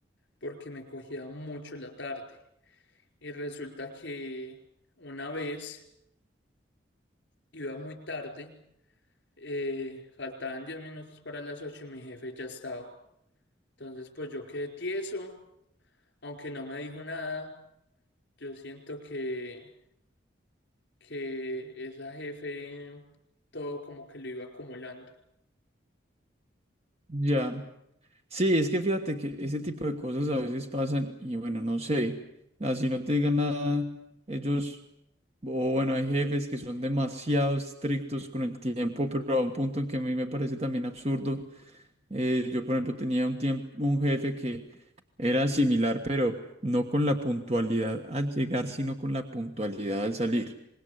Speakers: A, on the left (about 70°); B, on the right (about 35°).
A: porque me cogía mucho la tarde. Y resulta que una vez iba muy tarde, eh, faltaban 10 minutos para las 8 y mi jefe ya estaba. Entonces pues yo quedé tieso, aunque no me dijo nada, yo siento que, que esa jefe todo como que lo iba acumulando.
B: Ya. Sí, es que fíjate que ese tipo de cosas a veces pasan y bueno, no sé. Así no te digan nada, ellos, o bueno, hay jefes que son demasiado estrictos con el tiempo, pero a un punto en que a mí me parece también absurdo. Eh, yo, por ejemplo, tenía un tiempo, un jefe que era similar, pero no con la puntualidad al llegar, sino con la puntualidad al salir.